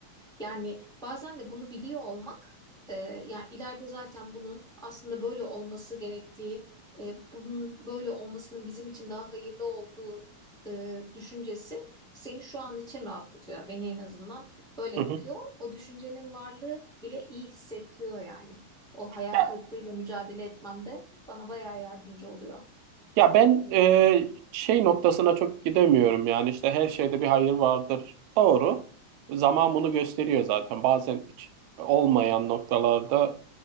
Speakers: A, in the centre; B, on the right (about 75°).
A: Yani bazen de bunu biliyor olmak, e, yani ileride zaten bunun aslında böyle olması gerektiği, e, bunun böyle olmasının bizim için daha hayırlı olduğu e, düşüncesi seni şu an için rahatlatıyor. Yani Beni en azından öyle
B: Hı
A: yapıyor.
B: hı.
A: O düşüncenin varlığı bile iyi hissettiriyor yani. O hayal
B: Ya,
A: kırıklığıyla mücadele etmemde bana bayağı yardımcı oluyor.
B: ya ben e, şey noktasına çok gidemiyorum yani işte her şeyde bir hayır vardır. Doğru. Zaman bunu gösteriyor zaten. Bazen hiç olmayan noktalarda